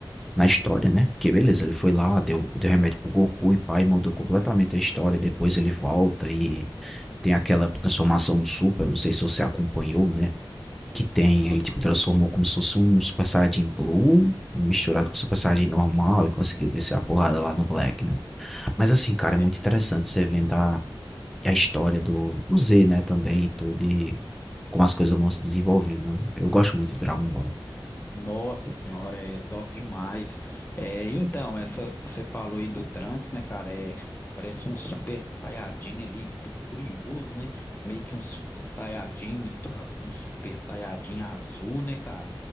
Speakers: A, in the centre; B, on the left.
A: na história, né? Porque beleza, ele foi lá, deu, deu remédio pro Goku e pai, mudou completamente a história. Depois ele volta e tem aquela transformação no Super, não sei se você acompanhou, né? Que tem,
B: Aham.
A: ele tipo transformou como se fosse um Super Saiyajin Blue misturado com Super Saiyajin normal e conseguiu descer a porrada lá no Black, né? Mas assim, cara, é muito
B: É,
A: interessante você vendo a a história do do Z, né, também e tudo, e como as coisas vão se desenvolvendo. Eu eu gosto muito de Dragon Ball.
B: nossa senhora, é top demais. É, então, essa que você falou aí do Trunks, né, cara, é, parece um super saiyajin ali, furioso, né? Meio que um super saiyajin misturado com super saiyajin azul, né, cara?